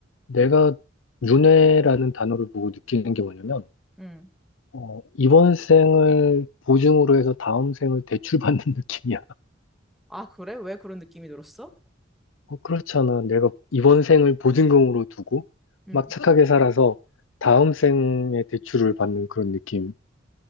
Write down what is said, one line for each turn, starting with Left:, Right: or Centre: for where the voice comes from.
Left: 내가 윤회라는 단어를 보고 느끼는 게 뭐냐면
Centre: 음.
Left: 어, 이번 생을 보증으로 해서 다음 생을 대출받는 <laughs> 느낌이야.
Centre: 아, 그래? 왜 그런 느낌이 들었어?
Left: 어, 그렇잖아. 내가 이번 생을 보증금으로 두고
Centre: 음.
Left: 막 착하게 살아서 다음 생에 대출을 받는 그런 느낌.